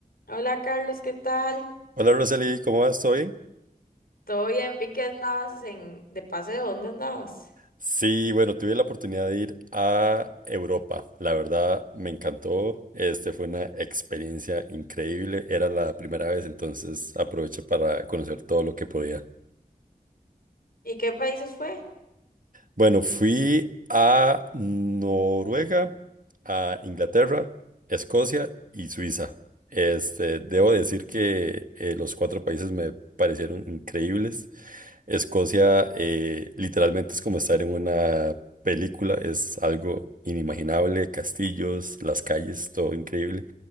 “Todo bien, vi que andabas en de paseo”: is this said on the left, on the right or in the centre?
Left